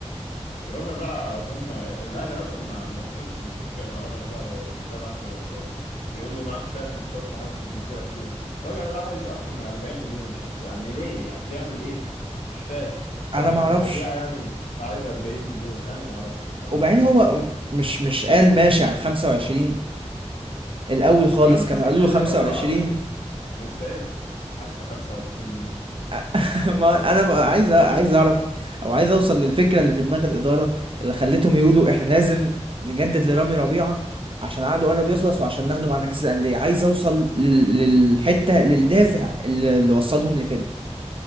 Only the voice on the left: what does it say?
رامي بقى اظن الاهلي اصلا ما ما وصلش للاتفاق مع رامي ربيعه لو متابع اخر الاخبار بيقول له معاك ثلاث ماتشات تحدد مصيرك فيهم رامي ربيعه عايز اكتر من 40 مليون يعني يعني ليه يعني بيعمل ايه يعني مش فاهم
هو عشان
ربيعه يعني فعايز 40 مليون انا ما اعرفش انا
ما اعرفش
السبب
يا عم 25
ايه والله العظيم ما يستاهلش حتى 25 دي